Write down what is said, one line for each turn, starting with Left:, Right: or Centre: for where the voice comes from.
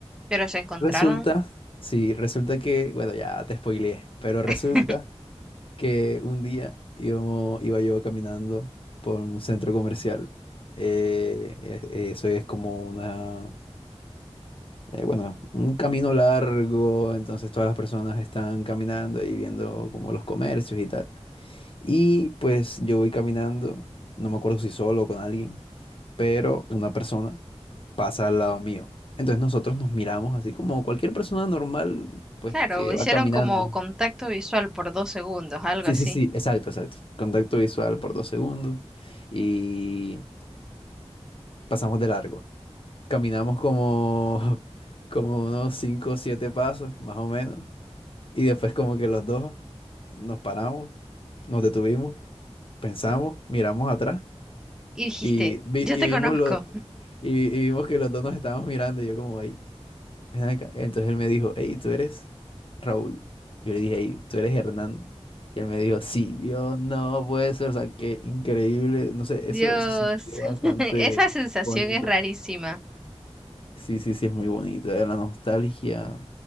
Centre: pero se encontraron.
Left: Resulta, sí, resulta que, bueno, ya te spoileé, pero resulta
Centre: <laughs>
Left: que un día íbamo- iba yo caminando por un centro comercial. eh, es- eso es como una, eh, bueno, un camino largo, entonces todas las personas están caminando y viendo como los comercios y tal. Y pues yo voy caminando, no me acuerdo si solo o con alguien pero una persona pasa al lado mío. Entonces nosotros nos miramos así como cualquier persona normal, pues
Centre: Claro,
Left: que
Centre: hicieron
Left: va caminando.
Centre: como contacto visual por dos segundos, algo
Left: Sí,
Centre: así.
Left: sí, sí, exacto, exacto. Contacto visual por dos segundos y pasamos de largo. Caminamos como, <laughs> como unos cinco o siete pasos, más o menos. Y después como que los dos nos paramos, nos detuvimos, pensamos, miramos atrás
Centre: Y dijiste,
Left: y, vi-
Centre: yo
Left: y
Centre: te
Left: vimos
Centre: conozco.
Left: lo- y, y vimos que los dos nos estábamos mirando y yo como, ahí ven acá". Entonces él me dijo, hey, ¿tú eres Raúl? Yo le dije, hey, ¿tú eres Hernán? Y él me dijo, sí, Y yo no puede ser, o sea, qué increíble, no sé,
Centre: Dios,
Left: eso se sintió bastante
Centre: <laughs> esa sensación
Left: bonito.
Centre: es rarísima.
Left: Sí, sí, sí, es muy bonito, eh, La nostalgia